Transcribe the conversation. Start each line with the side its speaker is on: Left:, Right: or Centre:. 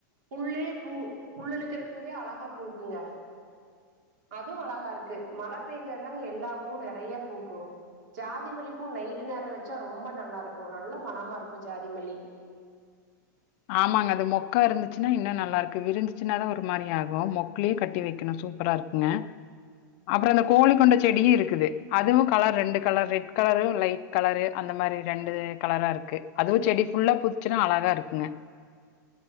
Right: புல்லே பூ புல்லுல இருக்கற பூவே அழகா பூக்குங்க அதுவு அழகா இருக்கு மழ பேஞ்சாதாங்க எல்லா பூவு நெறைய பூக்கு ஜாதி மல்லி பூ நைட்டு நேர வச்சா ரொம்ப நல்லா இருக்கு நல்ல மனமா இருக்கு ஜாதி மல்லி
Left: ஆமாங்க அது மொக்கா இருந்துச்சுனா இன்னு நல்லா இருக்கு விரிஞ்சிச்சுனாதா ஒரு மாரி ஆகு மெக் குலயே கட்டி வைக்கணு சூப்பரா இருக்கு ங்க அப்பறோ அந்த கோழி கொண்ட செடியு இருக்குது அதுவு கலர் ரெண்டு colour red colour light colour அந்த மாரி ரெண்டு கலரா இருக்கு அதுவு செடி ஃபுல்லா பூத்துச்சின்னா அழகா இருக்குங்க